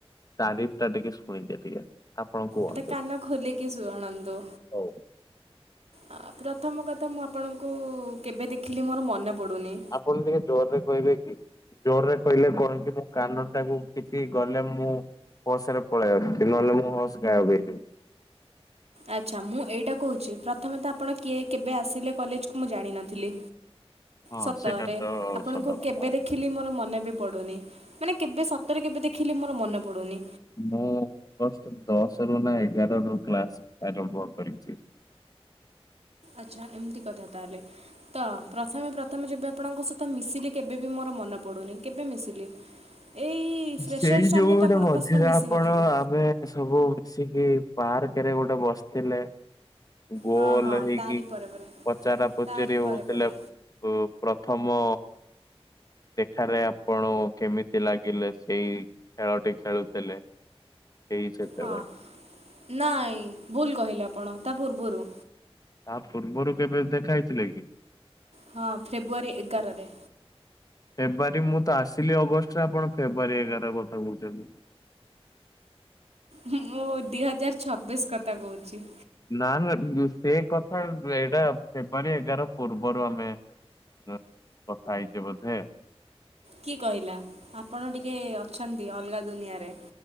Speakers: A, on the left; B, on the right.
A: ତାରିଫ ଟା ଟିକେ ଶୁଣିଦିଏ ଟିକେ। ଆପଣ କୁହନ୍ତୁ
B: ଏଟା କାନ ଖୋଲିକି ଶୁଣନ୍ତୁ।
A: ହଉ
B: ଆ ପ୍ରଥମ କଥା ମୁଁ ଆପଣଙ୍କୁ କେବେ ଦେଖିଲି ମୋର ମନେ ପଡ଼ୁନି।
A: ଆପଣ ଟିକେ ଜୋରରେ କହିବେ କି? ଜୋରରେ କହିଲେ କଣ କି ମୋ କାନ ଟାକୁ କିଛି ଗଲେ ମୁଁ ହୋସରେ ପଳେଇଆଉଛି ନହେଲେ ମୁଁ ହୋସ ଗାଏବେ ହେଇ
B: ଆଚ୍ଛା ମୁଁ ଏଇଟା କହୁଛି ପ୍ରଥମେ ତ ଆପଣ କିଏ କେବେ ଆସିଲେ କଲେଜକୁ ମୁଁ ଜାଣିନଥିଲି।
A: ହଁ
B: ସତରେ
A: ସେଇଟା ତ
B: ଆପଣଙ୍କୁ
A: ସତ କଥା।
B: କେବେ ଦେଖି ଦେଖିଲି ମୋର ମନେ ବି ପଡୁନି ମାନେ କେବେ ସତରେ କେବେ ଦେଖିଲି ମୋର ମନେ ପଡୁନି।
A: ମୁଁ ଅଗଷ୍ଟ ଦଶ ରୁ ନା ଏଗାର ରୁ କ୍ଲାସ ଆରମ୍ଭ କରିଛି।
B: ଆଚ୍ଛା ଏମିତି କଥା ତାହେଲେ। ତ ପ୍ରଥମେ ପ୍ରଥମେ ଯେବେ ଆପଣଙ୍କ ସହିତ ମିଶିଲି କେବେ ବି ମୋର ମନେ ପଡ଼ୁନି କେବେ ମିଶିଲି। ଏଇ ଫ୍ରେସର୍ସ
A: ସେଇ
B: ଟାଇମରେ
A: ଯୋଉ ଗୋଟେ
B: ତ ଆପଣଙ୍କ
A: ମଝିରେ
B: ସହିତ ମିଶି
A: ଆପଣ
B: ନଥିଲି।
A: ଆମେ ସବୁ ମିଶିକି ପାର୍କରେ ଗୋଟେ ବସିଥିଲେ। ଗୋଲ
B: ହଁ ହଁ
A: ହେଇକି
B: ତାରି ପରେ ପରେ।
A: ପଚାରା ପଚରି
B: ତାରି ପରେ
A: ହଉଥିଲେ
B: ପରେ।
A: ଆପ୍ ହୁଁ ପ୍ରଥମ ଦେଖାରେ ଆପଣ କେମିତି ଲାଗିଲେ। ସେଇ ଖେଳଟି ଖେଳୁଥିଲେ। ସେଇ ସେତେବେଳେ
B: ହଁ ନାଇଁ ଭୁଲ କହିଲେ ଆପଣ ତା ପୂର୍ବରୁ
A: ତା ପୂର୍ବରୁ କେବେ ଦେଖା ହେଇଥିଲେ କି?
B: ହଁ ଫେବୃଆରୀ ଏଗାରରେ।
A: ଫେବୃଆରୀ ମୁଁ ତ ଆସିଲି ଅଗଷ୍ଟରେ ଆପଣ ଫେବୃଆରୀ ଏଗାର କଥା କହୁଛନ୍ତି।
B: ମୁଁ ଦିହଜାର ଛବିଶ କଥା କହୁଛି।
A: ନା ନା ସେ କଥା ଏଇଟା ଫେବୃଆରୀ ଏଗାର ପୂର୍ବରୁ ଆମେ ନା କଥା ହେଇଛେ ବୋଧେ।
B: କିଏ କହିଲା ଆପଣ ଟିକେ ଅଛନ୍ତି ଅଲଗା ଦୁନିଆରେ।